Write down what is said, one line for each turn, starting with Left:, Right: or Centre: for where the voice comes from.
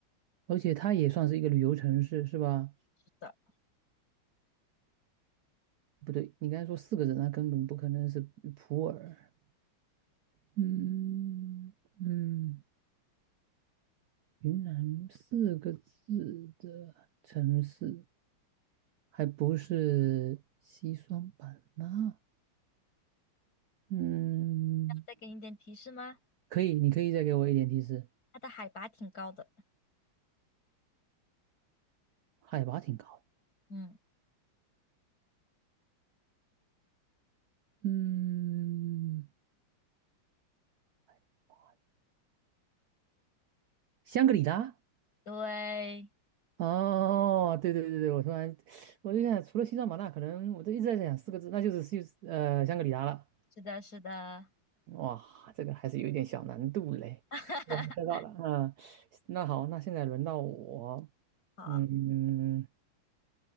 Right: 而且它也算是一个旅游城市，是吧？
Left: 是的。
Right: 不对，你刚才说四个字，那根本不可能是普洱。嗯嗯，云南四个字的城市，还不是西双版纳？嗯，
Left: 再给你一点提示吗？
Right: 可以，你可以再给我一点提示，
Left: 它的海拔挺高的。
Right: 海拔挺高的。
Left: 嗯，
Right: 嗯 <sniffs>，香格里拉。
Left: 对，
Right: 哦，对对对对，我突然 <sucks teeth> 我就想，除了西双版纳，可能我都一直在想四个字，那就是西呃香格里拉了。
Left: 是的，是的。
Right: 哇，这个还是有一点小难度嘞。
Left: <laughs>
Right: 我猜到了，啊，那好，那现在轮到我，
Left: 好，
Right: 嗯，